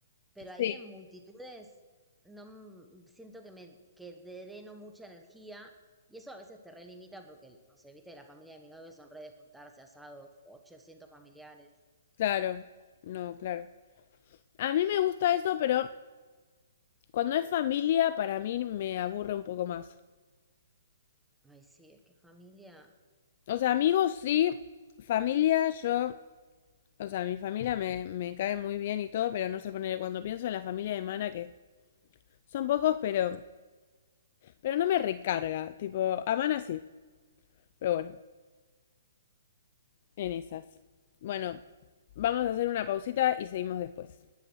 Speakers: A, in the centre; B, on the left (about 50°).
A: Pero ahí
B: Sí.
A: en multitudes no m- siento que me que dreno mucha energía y eso a veces te relimita porque, no sé, viste, la familia de mi novio son redes juntarse, asados, 800 familiares.
B: claro. No, claro. A mí me gusta eso, pero cuando es familia, para mí me aburre un poco más.
A: Ay, sí, es que familia.
B: O sea, amigos sí, familia yo, o sea, mi familia me, me cae muy bien y todo, pero no sé poner cuando pienso en la familia de Mana que son pocos, pero pero no me recarga, tipo, a Mana sí, pero bueno, en esas. Bueno, vamos a hacer una pausita y seguimos después.